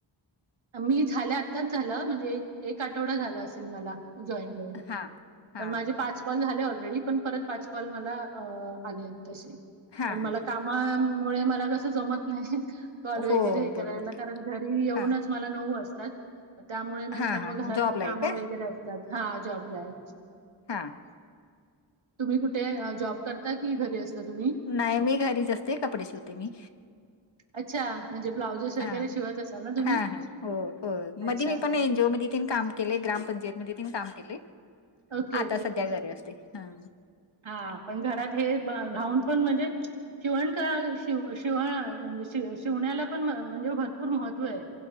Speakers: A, on the right (about 80°); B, on the left (about 60°).
A: मी झाल्या आत्ताच झालं म्हणजे एक, एक आठवडा झाला असेल मला.. जॉईन ह्...
B: हा हा
A: पण माझे पाच कॉल झाले ऑलरेडी परत पाच कॉल मला अ.. आले तसे,
B: हा
A: पण
B: हा
A: मला कामा व्हय.. मला कसं जमत नाही.. कॉल
B: हो
A: वगैरे हे करायला
B: बरोबर आहे.
A: कारण घरी येऊनच
B: हा
A: मला नऊ वाजतात. त्यामुळे नंतर
B: हा हा
A: मग घरातली
B: जॉबला
A: कामं
B: आहे का?
A: वगैरे असतात, हा जॉबला आहे.
B: हा.. आ..
A: तुम्ही कुठे अ.. जॉब करता कि घरी असता तुम्ही?
B: नाही.. मी घरीच असते कपडे शिवते मी.
A: अच्छा, म्हणजे ब्लाउजेस वगैरे
B: हा..
A: शिवत असाल ना तुम्ही?
B: हा.. हा.. हो. य. होय
A: अच्छा.
B: मधी मी पण ऐनजीओ मध्यी काम केले ग्रामपंचायत मध्ये काम केले,
A: ओके,
B: आता सध्या घरी असतेय. ह्...
A: हा.. पण घरात हे ब.. राहून म्हणजे शिवण का.. शिव.. शिवाय शिव.. शि.. शिवण्याला पण म.. म्हणजे भरपूर महत्त्व है.